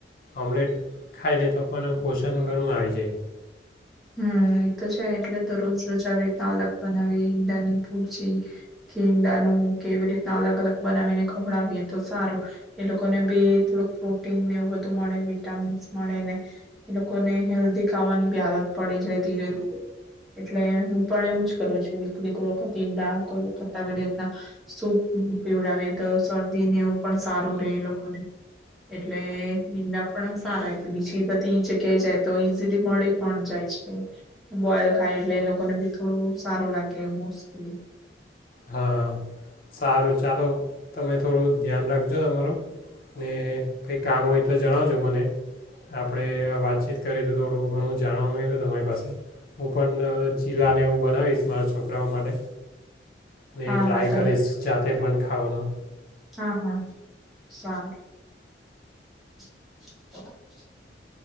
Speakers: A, on the left; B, in the centre.
A: ઓમ્લેટ ખાઈ લે તો પણ પોષણ ઘણું આવી જાય.
B: હમ એતો છે એટલે તો રોજ રોજ આવી રીતના અલગ બનાવીએ ઈંડાની ભુરજી કે ઈંડાનું કે એવી રીતના અલગ અલગ બનાવીને ખવડાવીએ તો સારું એ લોકોને બી થોડુંક પ્રોટીન ને એવું બધું મળે વિટામીન્સ મળે ને એ લોકોને હેલ્ધી ખાવાની બી હાલત પડી જાય ધીરે ધીરે એટલે હું પણ એવું જ કરું છું. એટલે કોઈ વખત ઈંડા કોઈ વખત આવે રીતના સૂપ પીવડાવે તો શરદી ને એવું પણ સારું રહેે એ લોકોને એટલે ઈંડા પણ સારા એટલે બીજી બધી જગ્યાએ જાય તો ઈઝીલી મળી પણ જાય. છે. બોયલ ખાય એટલે એ લોકોને બી થોડું સારું લાગે મોસ્લી.
A: હા સારું ચાલો તમે થોડું ધ્યાન રાખજો તમારું ને કંઈ કામ હોય તો જણાવજો મને આપણે વાતચીત કરીએ તો થોડું ઘણું જાણવા મયલુ તમારી પાસે હું પણ ચીલા ને એવું બનાવીશ. મારા છોકરાઓ માટે. અને
B: હા
A: ટ્રાય
B: હા તમ
A: કરીશ ચા જે પણ ખવાનું
B: હા હા સારું. <inaudible>